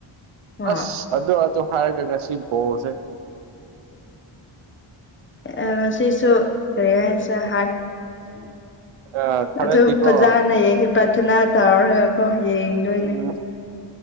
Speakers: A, on the left; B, on the right.
A: ꯍꯣꯏ
B: ꯑꯁ ꯑꯗꯣ ꯑ ꯑꯗꯨ ꯍꯥꯏꯔ ꯀ ꯉꯁꯤ ꯣꯁꯦ
A: ꯃꯁꯤꯁꯨꯦꯁ ꯍꯥꯔꯠ
B: ꯑ ꯈꯔꯗꯤꯀꯣ
A: ꯑꯗꯨꯝ ꯐꯖꯥ ꯅ ꯌꯦꯡꯁꯤ ꯄ꯭ꯔꯊꯅꯥ ꯇꯧꯔꯒꯀꯣ ꯌꯦꯡꯗꯣꯏꯅꯦ
B: ꯎꯝ